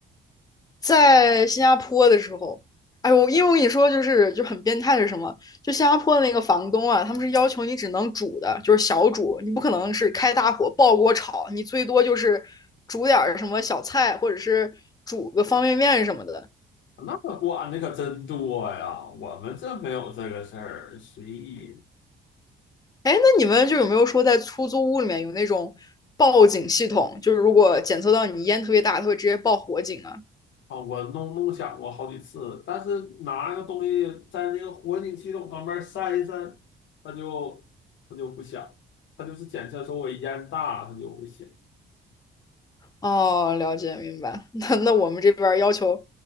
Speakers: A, on the left (about 20°); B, on the left (about 70°).
A: 在新加坡的时候，哎我因为我跟你说就是就很变态是什么？就新加坡的那个房东啊，他们是要求你只能煮的，就是小煮，你不可能是开大火爆锅炒，你最多就是煮点儿什么小菜，或者是煮个方便面什么的。
B: 那管的可真多呀，我们这没有这个事儿，随意
A: 哎，那你们就有没有说在出租屋里面有那种报警系统？就是如果检测到你烟特别大，它会直接报火警啊？
B: 啊。我弄弄响过好几次，但是拿个东西在那个火警系统旁边扇一扇，它就它就不响，它就是检测说我烟大，它就不响。
A: 哦，了解明白。<laughs> 那那我们这边儿要求